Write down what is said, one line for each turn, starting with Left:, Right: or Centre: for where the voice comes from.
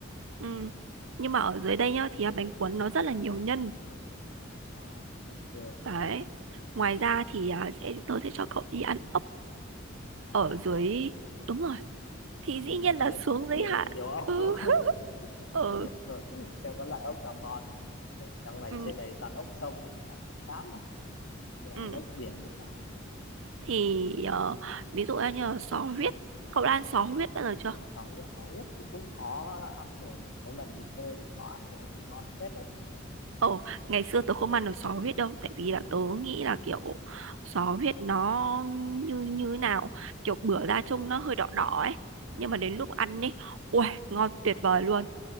Right: ừm, nhưng mà ở dưới đây nhá thì à, bánh cuốn nó rất là nhiều nhân.
Left: Wow, thích ghê.
Right: Đấy. Ngoài ra thì à, sẽ tôi sẽ cho cậu đi ăn ốc
Left: Ăn
Right: ở
Left: ốc
Right: dưới
Left: nữa.
Right: đúng rồi, thì dĩ
Left: Ừ,
Right: nhiên
Left: biển
Right: là xuống
Left: thì
Right: dưới
Left: biển
Right: hạn.
Left: thì nhiều ốc
Right: Ừ.
Left: đúng không?
Right: <laughs> ừ
Left: <laughs> Ừ, Xem có loại ốc nào ngon. nào. Rồi trong này
Right: ừ
Left: trên này toàn ốc sông thì mình ăn cũng chán rồi. Rồi
Right: ừ
Left: ăn ốc biển như sao?
Right: thì ờ, ví dụ như là sò huyết cậu đã ăn sò huyết bao giờ chưa
Left: À, sò huyết sò huyết thì cũng có ăn rồi một số lần đi chơi thì có ăn rồi ngon phết đấy.
Right: Ồ, ngày xưa tớ không ăn được sò huyết đâu, tại vì là tớ nghĩ là kiểu sò huyết nó như như thế nào, kiểu bữa ra trông nó hơi đỏ đỏ ấy, nhưng
Left: Ừ.
Right: mà đến lúc ăn đi, ui, ngon tuyệt vời luôn.